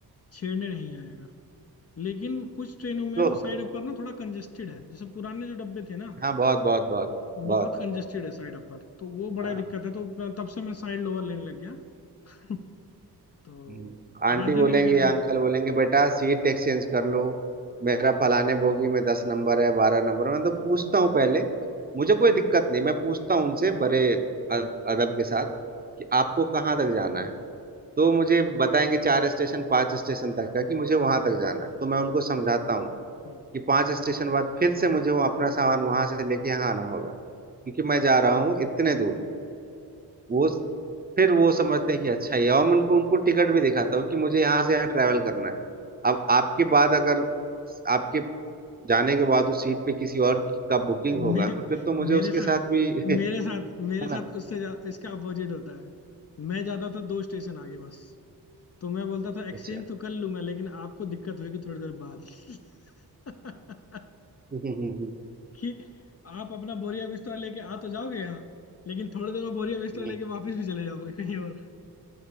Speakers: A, on the left; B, on the right.
A: छेड़ने नहीं आएगा लेकिन कुछ ट्रेनों में
B: तो
A: वो साइड अपर ना थोड़ा कंजेस्टेड है जैसे पुराने जो डब्बे थे ना
B: हाँ बहुत बहुत बहुत बहुत
A: बहुत कंजेस्टेड है साइड अपर तो वो बड़ा
B: हाँ
A: दिक्कत है तो मैं- तब से मैं साइड लोअर लेने लग गया <laughs> तो
B: हम्म। आंटी
A: राजधानी
B: बोलेंगे
A: वगैरह
B: या
A: में
B: अंकल बोलेंगे बेटा सीट एक्सचेंज कर लो मेरा फलाने बोगी में दस नंबर है बारह नंबर है। मैं तो पूछता हूँ पहले मुझे कोई दिक्कत नहीं मैं पूछता हूँ उनसे बड़े अद- अदब के साथ कि आपको कहाँ तक जाना है तो मुझे बताएंगे चार स्टेशन पांच स्टेशन तक का कि मुझे वहां तक जाना है तो मैं उनको समझाता हूँ
A: तो
B: कि पांच स्टेशन बाद फिर से मुझे वो अपना सामान वहां से लेके यहाँ आना होगा क्योंकि मैं जा रहा हूँ इतने दूर वो फिर वो समझते हैं कि अच्छा ये और मैं उनको उनको टिकट भी दिखाता हूँ कि मुझे यहाँ से यहाँ ट्रैवल करना है अब आपके बाद अगर आपके जाने के बाद उस सीट पे किसी और का बुकिंग
A: मे,
B: होगा तो फिर तो मुझे
A: मेरे
B: उसके
A: साथ
B: साथ भी <laughs>
A: मेरे
B: है
A: साथ मेरे साथ
B: ना
A: उससे ज्या- इसका अपोजिट होता है मैं जाता था दो स्टेशन आगे बस तो मैं बोलता था एक्सचेंज
B: अच्छा <laughs>
A: तो कर लूंगा लेकिन आपको दिक्कत होगी थोड़ी देर बाद <laughs>
B: हम्म, हम्म,
A: कि आप अपना बोरिया बिस्तरा लेके आ तो जाओगे यहाँ लेकिन थोड़ी देर बाद बोरिया बिस्तरा
B: हम्म,
A: लेके वापस भी चले जाओगे कहीं और